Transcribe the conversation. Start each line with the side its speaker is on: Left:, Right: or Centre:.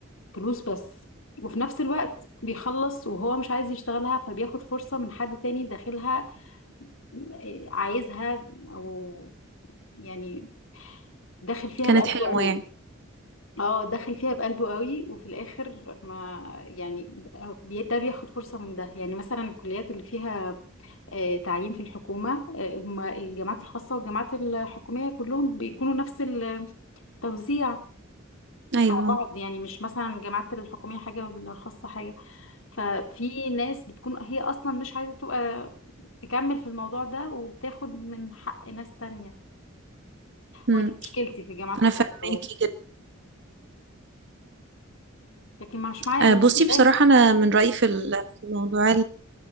Left: فلوس بس وفي نفس الوقت بيخلص وهو مش عايز يشتغلها فبياخد فرصة من حد تاني داخلها آه، عايزها او يعني داخل فيها
Right: كانت
Left: بقلبه
Right: حلمه
Left: قوي
Right: يعني
Left: اه دخل فيها بقلبه قوي وفي الاخر ما يعني بي- ده بياخد فرصه من ده يعني مثلا الكليات اللي فيها آه، تعيين في الحكومه آه، هما الجامعات الخاصه والجامعات الحكوميه كلهم بيكونوا نفس التوزيع
Right: أيوه
Left: مع بعض يعني مش مثلا الجامعات الحكوميه حاجه والخاصه حاجه ففي ناس بتكون هي اصلا مش عايزه تبقى تكمل في الموضوع ده وبتاخد من حق ناس تانية
Right: مم.
Left: هو دي مشكلتي في الجامعات
Right: أنا
Left: الخاصه
Right: فاهماكي
Left: بس
Right: جدا
Left: لكن مش معايا
Right: آه،
Left: مش
Right: بصي بصراحة
Left: اي مشكله
Right: أنا من رأيي في ال- في موضوع